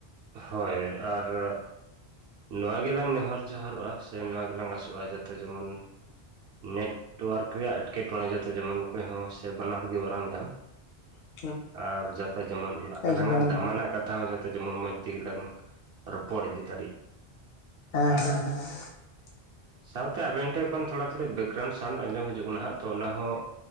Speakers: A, on the right; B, on the left.
A: ᱦᱳᱭ ᱟᱨ ᱱᱚᱣᱟ ᱜᱮᱞᱟᱝ ᱱᱮᱦᱚᱨ ᱡᱚᱦᱟᱨᱚᱜᱼᱟ᱾ ᱥᱮ ᱱᱚᱣᱟ ᱜᱮᱞᱟᱝ ᱟᱥᱚᱜᱼᱟ ᱡᱟᱛᱮ ᱡᱮᱢᱚᱱ ᱱᱮᱴᱚᱣᱟᱨᱠ ᱨᱮᱭᱟᱜ ᱮᱸᱴᱠᱮᱴᱚᱬᱮ ᱡᱟᱛᱮ ᱡᱮᱢᱚᱱ ᱚᱠᱚᱭ ᱦᱚᱸ ᱥᱮ ᱵᱟᱱᱟ ᱦᱚᱲ ᱜᱮ ᱵᱟᱝ ᱧᱟᱢ
B: <inaudible>
A: ᱟᱨ ᱡᱟᱛᱮ ᱡᱮᱢᱚᱱ
B: ᱮᱠᱫᱚᱢ
A: ᱟᱞᱟᱝᱟᱜ
B: ᱮᱠᱫᱚᱢ
A: ᱫᱟᱢᱟᱱᱟᱜ ᱠᱟᱛᱷᱟ ᱦᱚᱸ ᱡᱟᱛᱮ ᱡᱮᱢᱚᱱ ᱢᱚᱡᱽ ᱛᱮᱜᱮ ᱞᱟᱝ ᱨᱚᱯᱚᱲ ᱤᱫᱤ ᱫᱟᱲᱤᱜ
B: ᱦᱮᱸ
A: ᱟᱨ
B: ᱦᱮᱸ ᱦᱮᱸ <inaudible>
A: ᱥᱟᱶᱛᱮ ᱟᱵᱮᱱ ᱴᱷᱮᱱ ᱠᱷᱚᱱ ᱛᱷᱚᱲᱟ ᱛᱷᱚᱲᱤ ᱵᱮᱠᱜᱨᱟᱣᱩᱱᱰ ᱥᱟᱣᱩᱱᱰ ᱟᱸᱡᱚᱢ ᱦᱤᱡᱩᱜ ᱠᱟᱱᱟ ᱦᱟᱜ ᱛᱚ ᱚᱱᱟ ᱦᱚᱸ